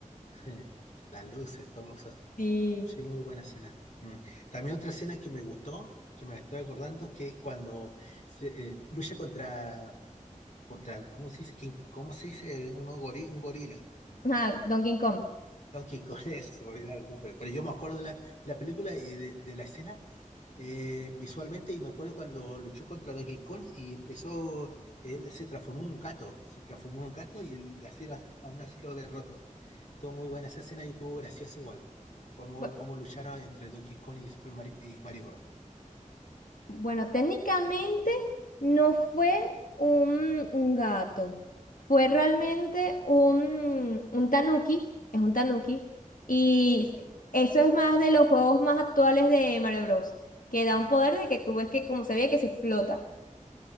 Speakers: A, on the left; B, on the left.
A: <laughs> Las luces, todo.
B: Sí.
A: Sí, muy buena escena. Mm. También otra escena que me gustó, que me la estoy acordando, que es cuando se, eh, lucha contra, contra el- ¿cómo se dice? ¿Quién- ¿Cómo se dice? Uno gori- un gorila.
B: Ajá, Donkey Kong.
A: Donkey Kong, <laughs> eso, se me olvidaba el nombre. Pero yo me acuerdo de la, la película y de, de la escena eh, visualmente y me acuerdo cuando luchó contra Donkey Kong y empezó, él se transformó en un gato, se transformó en un gato y así, lo- aún así lo derrotó. Estuvo muy buena esa escena y estuvo graciosa igual. Cómo,
B: Bu-
A: cómo lucharon entre Donkey Kong y Super Mario, y Mario Bros.
B: Bueno, técnicamente no fue un, un gato, fue realmente un, un tanuki, es un tanuki, y eso es más de los juegos más actuales de Mario Bros, que da un poder de que tú ves que como se ve que se explota,